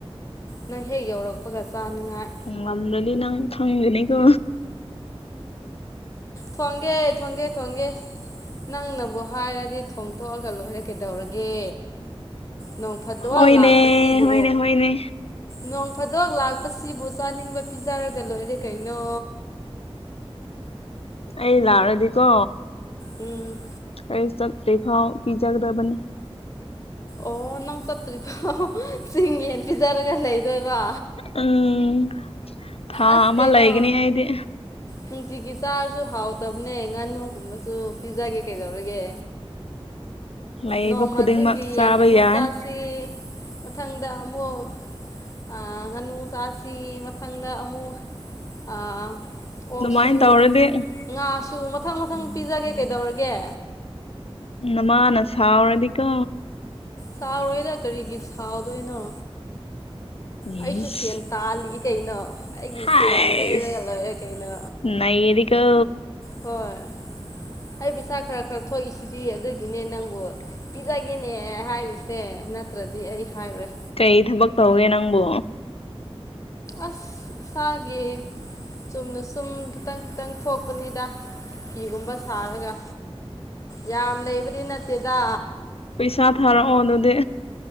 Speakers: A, on the left (about 30°); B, on the left (about 70°).
A: ꯅꯪ ꯍꯦꯛ ꯌꯧꯔꯛꯄꯒ ꯆꯥꯅꯤꯡꯉꯥꯏ
B: ꯉꯝꯗ꯭ꯔꯥꯗꯤ ꯅꯪ ꯈꯪꯒꯅꯤꯀꯣ
A: ꯊꯣꯡꯒꯦ ꯊꯣꯡꯒꯦ ꯊꯣꯡꯒꯦ ꯅꯪꯅꯕꯨ ꯍꯥꯏꯔꯗꯤ ꯊꯣꯡꯇꯣꯛꯑꯒ ꯂꯣꯏꯔꯦ ꯀꯩꯗꯧꯔꯒꯦ ꯅꯣꯡ ꯐꯗꯣꯛ
B: ꯍꯣꯏꯅꯦ
A: ꯂꯥꯛꯄꯁꯤꯕꯨ
B: ꯍꯣꯏꯅꯦ ꯍꯣꯏꯅꯦ
A: ꯅꯣꯡ ꯐꯥꯗꯣꯛ ꯂꯥꯛꯄꯁꯤꯕꯨ ꯆꯥꯅꯤꯡꯕ ꯄꯤꯖꯔꯒ ꯂꯣꯏꯔꯦ ꯀꯩꯅꯣ
B: ꯑꯩ ꯂꯥꯛꯔꯗꯤꯀꯣ
A: ꯎꯝ
B: ꯑꯩ ꯆꯠꯇ꯭ꯔꯤꯐꯥꯎ ꯄꯤꯖꯥꯒꯗꯕꯅꯤ
A: ꯑꯣ ꯅꯪ ꯆꯠꯇ꯭ꯔꯤꯐꯧ ꯆꯤꯡ ꯌꯦꯟ ꯄꯤꯖꯔꯒ ꯂꯩꯗꯣꯏꯕ
B: ꯎꯝ ꯊꯥ
A: ꯑꯁ
B: ꯑꯃ
A: ꯀꯩꯅꯣ
B: ꯂꯩꯒꯅꯤ ꯑꯩꯗꯤ
A: ꯅꯨꯡꯇꯤꯒꯤ ꯆꯥꯔꯁꯨ ꯍꯥꯎꯇꯕꯅꯦ ꯉꯥꯅꯨꯒꯨꯝꯕꯁꯨ ꯄꯤꯖꯒꯦ ꯀꯩꯗꯧꯔꯒꯦ
B: ꯂꯩꯕ
A: ꯅꯣꯡꯃ
B: ꯈꯨꯗꯤꯡꯃꯛ
A: ꯆꯤꯡꯒꯤ
B: ꯆꯥꯕ
A: ꯌꯦꯟ ꯑꯃꯨꯛ
B: ꯌꯥꯏ
A: ꯆꯥ ꯁꯤ ꯃꯊꯪꯗ ꯑꯃꯨꯛ ꯑꯥ ꯉꯥꯅꯨ ꯆꯥꯁꯤ ꯃꯊꯪꯗ ꯑꯃꯨꯛ ꯑꯥ ꯑꯣꯛꯁꯨ
B: ꯑꯗꯨꯃꯥꯏꯅ ꯇꯧꯔꯗꯤ
A: ꯉꯥꯁꯨ ꯃꯊꯪ ꯃꯊꯪ ꯄꯤꯖꯒꯦ ꯀꯩꯗꯧꯔꯒꯦ
B: ꯅꯥꯃꯅ ꯁꯥꯎꯔꯗꯤꯀꯣ
A: ꯁꯥꯎꯔꯣꯏꯗ ꯀꯔꯤꯒꯤ ꯁꯥꯎꯗꯣꯏꯅꯣ ꯑꯩꯁꯨ
B: ꯏꯁ
A: ꯁꯦꯟ ꯇꯥꯜꯂꯤ ꯀꯩꯅꯣ ꯑꯩꯒꯤ
B: ꯍꯥꯏꯁ
A: ꯁꯦꯟꯅ ꯂꯩꯔꯒ ꯂꯣꯏꯔꯦ ꯀꯩꯅ
B: ꯅꯩꯔꯦꯀꯣ
A: ꯍꯣꯏ ꯑꯩ ꯄꯆꯥ ꯈꯔ ꯈꯔ ꯊꯣꯛꯏꯁꯤꯗꯤ ꯑꯗꯨꯒꯤꯅꯦ ꯅꯪꯕꯨ ꯄꯤꯖꯒꯦꯅꯦ ꯍꯥꯏꯔꯤꯁꯦ ꯅꯠꯇ꯭ꯔꯗꯤ ꯑꯩ ꯍꯥꯏꯔꯣꯏ
B: ꯀꯩ ꯊꯕꯛ ꯇꯧꯒꯦ ꯅꯪꯕꯣ
A: ꯑꯁ ꯁꯥꯒꯤ ꯆꯨꯝꯅ ꯁꯨꯝ ꯈꯤꯇꯪ ꯈꯤꯇꯪ ꯊꯣꯛꯄꯅꯤꯗ ꯐꯤꯒꯨꯝꯕ ꯁꯥꯔꯒ ꯌꯥꯝ‌ꯂꯩꯕꯗꯤ ꯅꯠꯇꯦꯗ
B: ꯄꯩꯁꯥ ꯊꯥꯔꯛꯑꯣ ꯑꯗꯨꯗꯤ